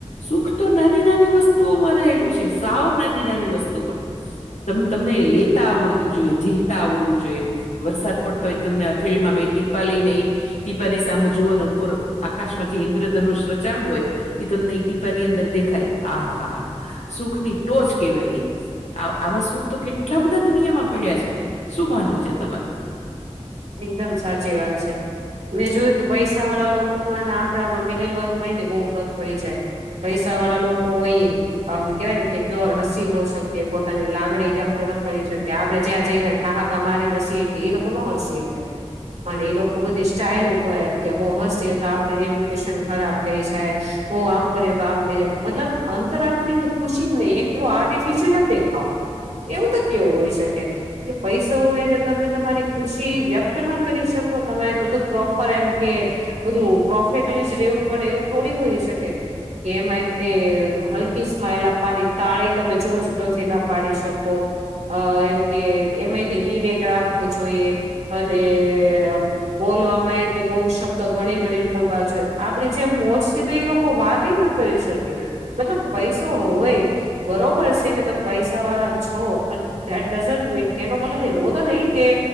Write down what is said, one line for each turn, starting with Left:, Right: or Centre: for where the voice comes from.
Left: સુખ તો નાની નાની વસ્તુઓમાં રહેલું છે સાવ નાની નાની વસ્તુમાં ત તમને લેતા આવડતું જોઈએ ઝીલતા આવડવું જોઈએ વરસાદ પડતો હો તમને થેળમાં બે ટીપા લઈ નઈ ટીપાની સામ જોઓ ઉપર આકાશમાં જે ઇન્દ્રધન ન રચાણુ હોય એ તમને ઈ ટીપાની અંદર દેખાય આ હા હા હા સુખ ની ટોચ કેહેવાય આવા સુખ તો કેટલા બધા દુનિયામાં પડ્યા છે શું માનવું છે તમારે
Right: એકદમ સાચી વાત છે મેં જોયું ત પૈસા વાળા લોકોમાં અને આપણામાં મિડલ વર્કમાં બહુ ફરક પડી જાય પૈસા વાળા લોકો હોય આમ કેવાય ને કે પ્યોર હસી ન શકીએ પોતાની લાગણી વ્યક્ત ન કરી શકીએ આપડણે જ્યાં જઈને ઠાહ અમારી નસીએ કે એ લોકો ન હસીએ કઈ. પણ એ લોકો બધી સ્ટાઇલ ઉપર એમ કે બહુ હસીએ તો આપડું રેપ્યુટેશન ખરાબ થઈ જાય તો આમ કરએ તો આમ થઈ જાય મતલબ અંતર આત્મ ની કોઈ ખુશી જ નહી એક તો આર્ટિફિશિલ નથ દેખાઓ એવું તો કેવું હોય શકે કે પૈશુ હોય એટલે તમે તમારી ખુશી વ્યક્ ના કરી શકો તમારે બધું પ્રોપર એમ કે બધું પ્રોફેસનલી જ રેવું પડે એવું થોડી હોય શકે. કે એમાં તે હલકી સ્માઈલ આપવાની તાળી તમે જોર જોરથી ના પાડી શકો. અહ એમ કે એમાંથી વિવેક રાખવો જોઈએ અને આમ બોલવામાં એ તે બઉ શબ્દ ગણી ગણીને બોલવા જોઈએ આપે જેમ મોજ થી તો એ લોક કો વાતે ના કરી શકે મતલબ પૈસો હોય બરોબર છે કે તમે પૈસા વાળા છો પણ દેટ ડઝન્ટ મીન કે એનો મતલબ એવો તો નહીં કે